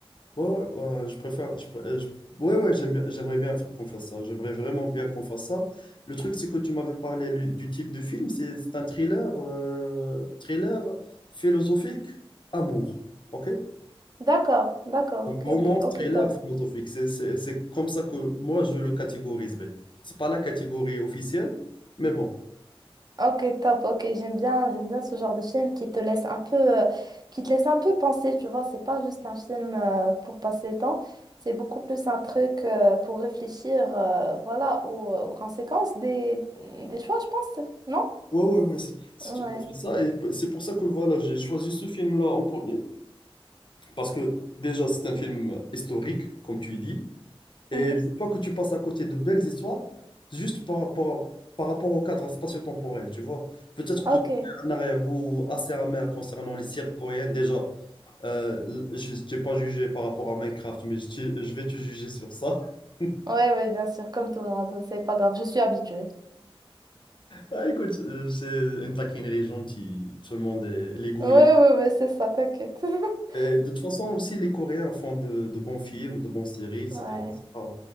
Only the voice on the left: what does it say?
Ouais, ouais, ouais, je préfère. Je, pr- euh, je- ouais, ouais, j'aime bien- j'aimerais bien f- qu'on fasse ça. J'aimerais vraiment bien qu'on fasse ça. Le truc, c'est que tu m'avais parlé lu- du type de film. C'est c'est un thriller, euh, thriller philosophique, amour. OK?
Donc,
romance,
thriller
philosophique. C'est c'est- c'est comme ça que moi, je le catégoriserais. C'est pas la catégorie officielle, mais bon.
Ouais, ouais, ouais, c'est c'est
tout à fait ça. Et p- c'est pour ça que voilà, j'ai choisi ce film-là en premier. Parce que déjà, c'est un film historique, comme tu dis. Et
je ne dis pas que tu passes à côté de belles histoires, juste par rapport, par rapport au cadre spatio-temporel, tu vois. Peut-être
que tu as
un arrière-goût assez amer concernant les séries coréennes. Déjà, euh, l- je ne t'ai pas jugé par rapport à Minecraft, mais je, te- je vais te juger sur ça. <laughs>
Ah, écoute, euh, c'est une taquinerie gentille. Tout le monde est les goûts.
les-
Et de toute façon, aussi, les Coréens font de, de bons films, de bonnes séries, etc.
C'est pas...